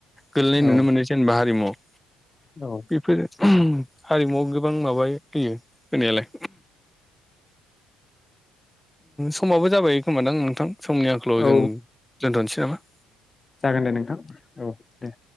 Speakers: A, in the centre; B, on the left.
A: गोलैनाय
B: औ
A: नुनो मोनो जेनेबा हारिमु आव
B: औ
A: बेफोरो हारिमुवआव गोबां माबा होयो होनायालाय समाबो जाबाय खोमा दां नोंथां। समनि आंखोलाव
B: औ
A: जों दोनथ'नोसै नामा?
B: जागोन दे नोंथां औ दे